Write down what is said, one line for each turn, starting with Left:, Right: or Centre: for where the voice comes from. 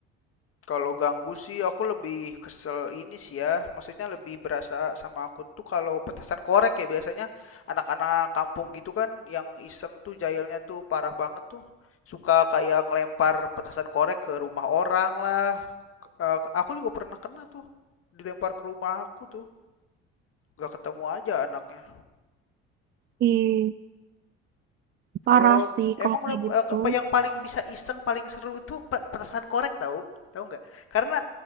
Left: Kalau ganggu sih aku lebih kesel ini sih ya, maksudnya lebih berasa sama aku tuh kalau petasan korek ya biasanya anak-anak kampung gitu kan yang iseng tuh jahilnya tuh parah banget tuh. Suka kayak ngelempar petasan korek ke rumah orang lah. K- eh, aku juga pernah kena tuh dilempar ke rumah aku tuh, gak ketemu aja anaknya.
Right: Ih, parah
Left: Kalau
Right: sih
Left: emang
Right: kalau kayak
Left: lem-
Right: gitu.
Left: eh, apa yang paling bisa iseng, paling seru itu pe- petasan korek tahu? Tahu nggak? Karena